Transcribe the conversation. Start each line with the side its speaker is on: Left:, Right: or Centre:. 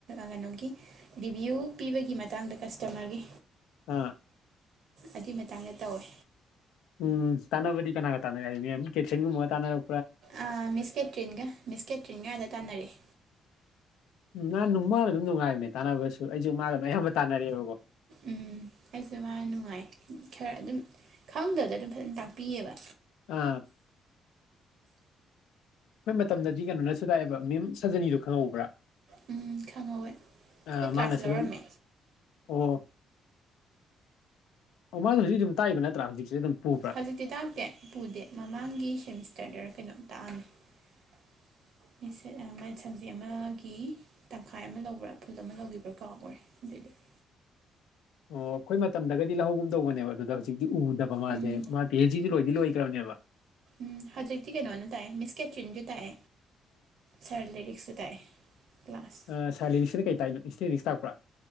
Right: ꯀꯩꯅꯣꯒꯤ ꯔꯤꯚ꯭ꯌꯨ ꯄꯤꯕꯒꯤ ꯃꯇꯥꯡꯗ ꯀꯁꯇꯃ꯭ꯔꯒꯤ
Left: ꯑꯥ
Right: ꯑꯗꯨꯏ ꯃꯇꯥꯡꯗ ꯇꯧꯋꯦ
Left: ꯎꯝ ꯇꯥꯅꯕꯗꯤ ꯀꯅꯥꯒ ꯇꯥꯟꯅꯔꯛꯏ ꯃꯦꯝ ꯀꯦꯊ꯭ꯔꯤꯟꯒꯨꯝ ꯕꯒ ꯇꯥꯟꯅꯔꯛ
Right: ꯑ ꯃꯤꯁ ꯀꯦꯇ꯭ꯔꯤꯟꯒ ꯃꯤꯁ ꯀꯦꯇ꯭ꯔꯤꯟꯒ ꯑꯗ ꯇꯥꯟꯅꯔꯛꯑꯦ
Left: ꯎꯝ ꯃꯥ ꯃꯥꯥ ꯑꯗꯨꯝ ꯅꯨꯡꯉꯥꯏꯕꯅꯦ ꯇꯥꯟꯅꯕꯁꯨ ꯑꯩꯁꯨ ꯃꯥꯒ ꯑꯌꯥꯝꯕ ꯇꯥꯟꯅꯔꯑꯦꯕꯀꯣ
Right: ꯎꯝ ꯑꯩꯁꯨ ꯃꯥꯅ ꯅꯨꯡꯉꯥꯏ ꯈꯔ ꯑꯗꯨꯝ ꯈꯪꯗꯕꯗꯣ ꯑꯗꯨꯝ ꯐꯖꯅ ꯇꯥꯛꯄꯤꯌꯦꯕ
Left: ꯑꯥ ꯑꯩꯈꯣꯏ ꯃꯇꯝꯗꯗꯤ ꯀꯩꯅꯣꯅꯁꯨ ꯇꯥꯛꯑꯦꯕ ꯃꯦꯝ ꯁꯥꯖꯅꯤꯗꯣ ꯈꯪꯍꯧꯕ꯭ꯔꯥ
Right: ꯎꯝ ꯈꯪꯍꯧꯋꯦ ꯑꯩꯈꯣꯏ
Left: ꯑ
Right: ꯀ꯭ꯂꯥꯁ
Left: ꯃꯥꯟꯅꯁꯨ
Right: ꯂꯧꯔꯝꯃꯦ
Left: ꯑꯗꯨꯝ ꯑꯣ ꯃꯥꯁꯨ ꯍꯧꯖꯤꯛ ꯑꯗꯨꯝ ꯇꯥꯛꯏꯕ ꯅꯠꯇ꯭ꯔꯥ ꯍꯧꯖꯤꯛꯁꯨ ꯑꯗꯨꯝ ꯄꯨꯕ꯭ꯔꯥ
Right: ꯍꯧꯖꯤꯛꯇꯤ ꯇꯥꯛꯇꯦ ꯄꯨꯗꯦ ꯃꯃꯥꯡꯒꯤ ꯁꯦꯃꯤꯁꯇ꯭ꯔꯗꯔ ꯀꯩꯅꯣ ꯇꯥꯛꯑꯝꯃꯤ ꯁꯝꯖꯦꯛ ꯑꯃꯒꯤ ꯇꯪꯈꯥꯏ ꯑꯃ ꯂꯧꯕ꯭ꯔꯥ ꯐꯨꯜ ꯑꯃ ꯂꯧꯒꯤꯕ꯭ꯔꯥ ꯀꯥꯎꯒꯔꯦ ꯑꯗꯨꯏꯗꯤ <inaudible>
Left: ꯑꯣ ꯑꯩꯈꯣꯏ ꯃꯇꯝꯗꯒꯗꯤ ꯂꯧꯍꯧꯒꯨꯝ ꯇꯧꯕꯅꯦꯕ ꯑꯗꯨꯗ ꯍꯧꯖꯤꯛꯇꯤ ꯎꯗꯕ ꯃꯥꯁꯦ
Right: ꯎꯝ
Left: ꯃꯥ ꯄꯤ ꯍꯩꯁ ꯗꯤ ꯂꯣꯏꯗꯤ ꯂꯣꯏ ꯒ꯭ꯔꯕꯅꯦ
Right: ꯎꯝ ꯍꯧꯖꯤꯛꯇꯤ ꯀꯩꯅꯣꯅ ꯇꯥꯛꯑꯦ ꯃꯤꯁ ꯀꯦꯇ꯭ꯔꯤꯟꯁꯨ ꯇꯥꯛꯑꯦ ꯁꯥꯔ ꯂꯦꯔꯤꯛꯁꯁꯨ ꯇꯥꯛꯑꯦ ꯀ꯭ꯂꯥꯁ
Left: ꯑ ꯁꯥꯔ ꯂꯤꯔꯤꯛꯁꯤꯅ ꯀꯩ ꯇꯥꯛꯏꯅꯣ ꯏꯁꯇꯦꯇꯦꯊꯤꯛꯁ ꯇꯥꯛꯄ꯭ꯔꯥ